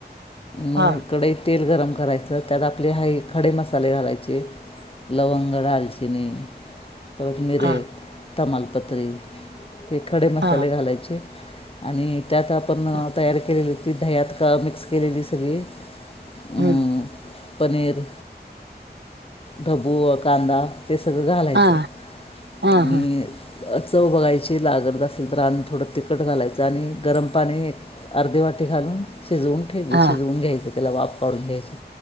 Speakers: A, on the left (about 35°); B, on the right (about 80°).
A: मग
B: हां
A: कढईत तेल गरम करायच त्यात आपले हाये खडे मसाले घालायचे. लवंग, रालचीनि. परत मिरे,
B: हां
A: तमालपत्री हे खडे मसाले
B: हा
A: घालायचे. आणि त्यात आपण
B: हा
A: तयार केलेली ती दह्यात का मिक्स केलेली सगळी अं,
B: हम्म
A: पनीर, ढबू, कांदा ते सगळं घालायचं.
B: हा हा
A: आणि
B: हा
A: चव बघायची लागत असेल तर अ थोडं तिखट घालायचं आणि गरम पाणी एक अर्धी वाट की घालून शिजून ठेवी
B: हा
A: शिजवून घ्यायचं त्याला वाफ काढून घ्यायची.